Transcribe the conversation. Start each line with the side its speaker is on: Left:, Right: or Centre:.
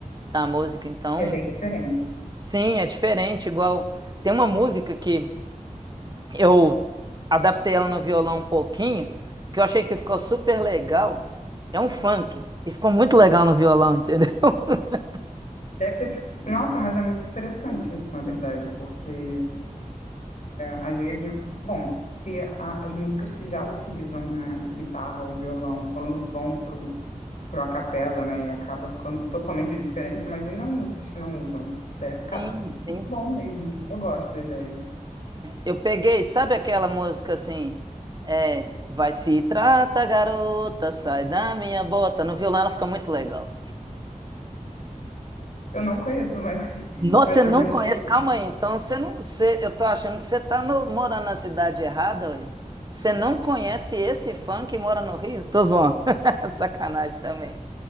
Right: Da música, então,
Left: é bem diferente.
Right: sim, é diferente, igual, tem uma música que eu adaptei ela no violão um pouquinho, que eu achei que ficou super legal, é um funk, e ficou muito legal no violão, entendeu? <laughs>
Left: Deve ter. fi- Nossa, mas é muito interessante isso, na verdade, porque Às vezes, bom, se a- as músicas que já utilizam, né, guitarra ou violão, quando vão pro, pro a capela, né, e acaba ficando totalmente diferente, imagina músicas que não usam. Deve ficar
Right: Sim, sim.
Left: bom mesmo. Eu gosto da ideia.
Right: Eu peguei, sabe aquela música assim? É, vai se trata, garota, sai da minha bota. No violão ela fica muito legal.
Left: Eu não conheço, mas, <laughs>
Right: Nossa,
Left: mas
Right: você não
Left: eu gostei.
Right: conhece? Calma aí, então você não. Você, eu tô achando que você tá no- morando na cidade errada, ué. Você não conhece esse funk que mora no Rio? Tô zoando. <laughs> Sacanagem também.